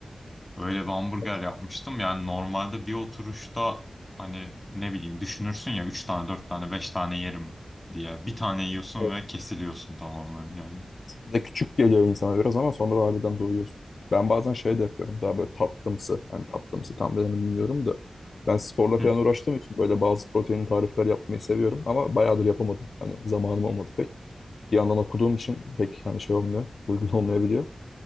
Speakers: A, on the left; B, on the left.
A: Öyle bir hamburger
B: Evet.
A: yapmıştım. Yani normalde bir oturuşta hani ne bileyim düşünürsün ya 3 tane 4 tane 5 tane yerim diye. Bir tane yiyorsun
B: evet.
A: ve kesiliyorsun tamamen yani.
B: de küçük geliyor insana biraz ama sonra da harbiden doyuyorsun. Ben bazen şey de yapıyorum daha böyle tatlımsı. yani tatlımsı tam denir mi bilmiyorum da. Ben sporla
A: Hı,
B: falan uğraştığım için böyle bazı protein tarifler yapmayı seviyorum ama bayağıdır yapamadım. Hani zamanım olmadı pek. Bir yandan okuduğum için pek hani şey olmuyor, uygun <laughs> olmayabiliyor.